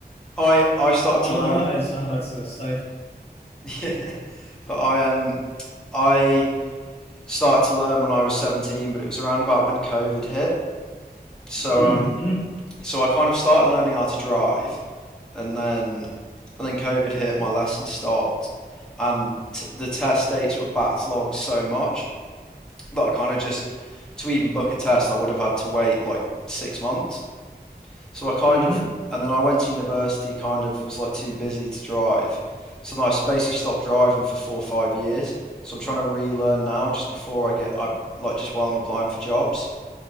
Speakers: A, in the centre; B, on the left (about 40°).
A: I I started
B: I
A: to
B: don't,
A: learn
B: I don't know. It's, I don't know. It's uh, safe.
A: Yeah, <laughs> but I um I started to learn when I was 17, but it was around about when COVID hit. So
B: <clears throat>
A: um
B: hmm
A: so I kind of started learning how to drive, and then and then COVID hit, my lessons stopped, and t the test dates were backlogged so much that I kind of just to even book a test, I would have had to wait like six months. So I kind
B: hmm
A: of, and then I went to university, kind of was like too busy to drive. So then I basically stopped driving for four or five years. So I'm trying to relearn now just before I get, I like just while I'm applying for jobs,